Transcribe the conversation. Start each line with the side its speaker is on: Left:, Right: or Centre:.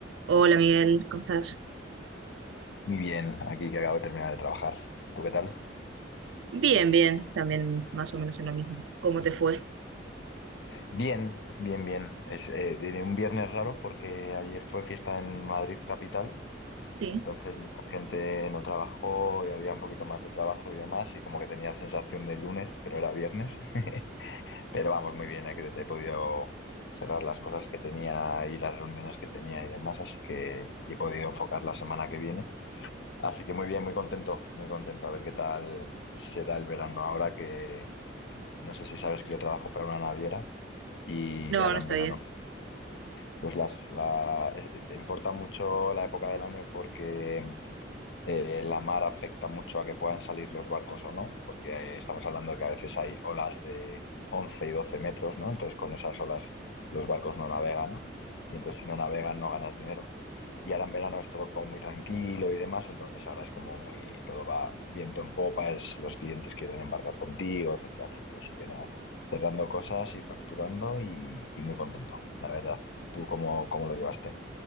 Right: Hola Miguel, ¿cómo estás?
Left: Muy bien, aquí que acabo de terminar de trabajar. ¿Tú qué tal?
Right: Bien, bien, también más o menos en lo mismo. ¿Cómo te fue?
Left: Bien, bien, bien. Es eh, de de un viernes raro porque ayer fue fiesta en Madrid capital,
Right: Sí,
Left: entonces mucha gente no trabajó y había un poquito más de trabajo y demás, y como que tenía sensación de lunes, pero era viernes. <laughs> Pero vamos, muy bien, eh, que te he podido cerrar las cosas que tenía y las reuniones que tenía y demás, así que y he podido enfocar la semana que viene. Así que muy bien, muy contento, muy contento. A ver qué tal se da el verano ahora que, No sé si sabes que yo trabajo para una naviera y
Right: no,
Left: ahora
Right: no
Left: en
Right: sabía.
Left: verano. Pues las, la, es- importa mucho la época del año porque eh, la mar afecta mucho a que puedan salir los barcos o no, porque eh, estamos hablando de que a veces hay olas de 11 y 12 metros, ¿no? Entonces con esas olas los barcos no navegan y entonces si no navegan no ganas dinero. Y ahora en verano es todo como muy tranquilo y demás, entonces ahora es como muy, todo va viento en popa, es, los clientes quieren embarcar contigo, etcétera, etcétera. Así que nada, cerrando cosas y facturando y, y muy contento, la verdad. ¿Tú cómo, cómo lo llevaste?